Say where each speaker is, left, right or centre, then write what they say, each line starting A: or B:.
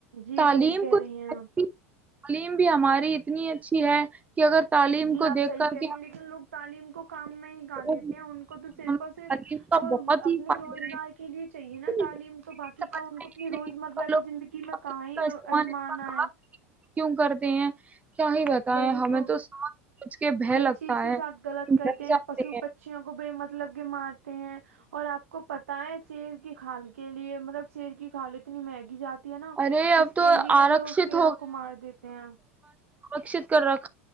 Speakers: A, on the right; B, on the right.
A: جی
B: تعلیم
A: صحیح کہہ
B: کو تعلیم
A: رہی ہیں آپ
B: بھی ہماری اتنی اچھی ہے کہ اگر تعلیم
A: جی
B: کو
A: آپ
B: دیکھ
A: صحیح
B: کر
A: کریے
B: کے
A: لیکن لوگ تعلیم کو کام میں ہی کر لیتے
B: ہم
A: ہیں ان کو تو صرف
B: ہمیں تعلیم
A: اور صرف
B: کا
A: وہ
B: بہت ہی
A: اپنے
B: فائدہ
A: روزگار
B: ہے
A: کے لیے چاہیے
B: لیکن
A: نا تعلیم
B: یہ
A: تو باقی
B: سمجھ
A: کا
B: میں
A: ان کو
B: یہ
A: اپنی
B: نہیں
A: روز
B: کہ
A: مرہ
B: لوگ
A: کی ج زندگی میں
B: تعلیم
A: کہ ہی
B: کا استعمال
A: آزمانا
B: اتنا غلط
A: ہے
B: کیوں کرتے ہیں کیا ہی بتائیں
A: وہی
B: ہمیں
A: تو
B: سمجھ سمجھ کے بھے
A: ہر
B: لگتا
A: چیز کے
B: ہے
A: ساتھ غلط کرتے
B: ڈر جاتے
A: ہیں پشو پھوں کو ب مطلب کہ مارتے ہیں اور آپ کو پتا ہے شیر کی کھال کے لیے مطلب شیر کی کھالی اتنی مہنگی جاتی ہے نا
B: ارے اب
A: اس
B: تو
A: کے لیے
B: آرکشت
A: لوگ شیروں کو مار دیتے ہیں
B: سرکت کر رکھ